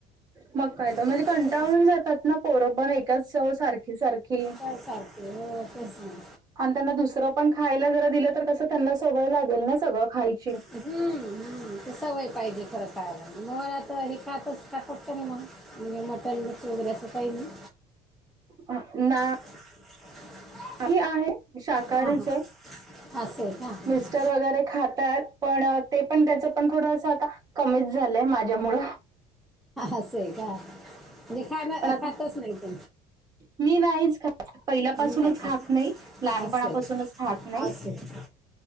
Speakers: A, on the right (about 25°); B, in the centre.
A: मग काय तर, म्हणजे
B: त्यांच्यात
A: कंटाळून
B: ते
A: जातात ना पोरं पण एकच चव सारखी सारखी.
B: हो सारखे हो तेच न.
A: आणि त्यांना दुसरं पण खायला जरा दिलं तर कसं त्यांना सवय लागेल ना सगळं खायची.
B: हम हम तसं सवय पाहिजे खरं खायला म तर हे खातच खातात का नाही, मग म्हणजे मटन वगैरे असं काही नाही?
A: हा ना
B: <inaudible>
A: ह आहे शाकाहारीचे
B: हां हां असं का? हां,
A: मिस्टर वगैरे खातात पण ते पण त्याचं पण थोडंसं आता. कमीच झालंय माझ्यामुळं.
B: असय का? म्हणजे खायन
A: पण आता
B: खातच नाही त
A: मी नाहीच खा पहिल्यापासूनच
B: नाही का
A: खात नाही, लहानपणापासूनच
B: असं आहे
A: खात नाही.
B: असं आहे